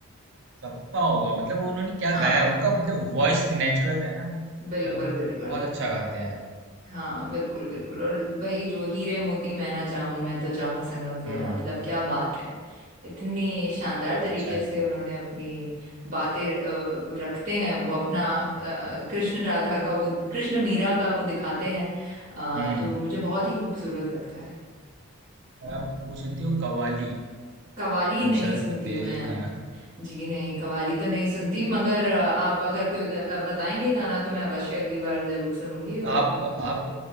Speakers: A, on the right; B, on the right.
A: सबका होगा मतलब वो उन्होंने क्या
B: हाँ
A: गाया है, उनका मतलब वॉइस नेचुरल है ना मतलब
B: बिल्कुल बिल्कुल
A: बहुत अच्छा गाते हैं
B: हाँ बिल्कुल बिल्कुल और भाई जो हीरे मोती मैं ना चाहूं मैं तो चाहूं संगम तेरा
A: हम्म
B: मतलब क्या बात है इतनी शानदार
A: बहुत
B: तरीके
A: अच्छा है
B: से उन्होंने अपनी बातें अ, रखते हैं वो अपना अ, कृष्ण राधा का वो कृष्ण मीरा का वो दिखाते हैं अ,
A: हम्म
B: तो मुझे बहुत ही खूबसूरत लगता है
A: और आप वो सुनती हो कव्वाली
B: कवाली
A: अ,
B: नहीं
A: नुसरत
B: सुनती
A: फतेह
B: मैं
A: अली खान
B: जी नहीं कवाली तो नहीं सुनती मगर अ, आप अगर कोई ग- अ, बताएंगे गाना तो मैं अवश्य अगली बार जरूर सुनूंगी और
A: आप आप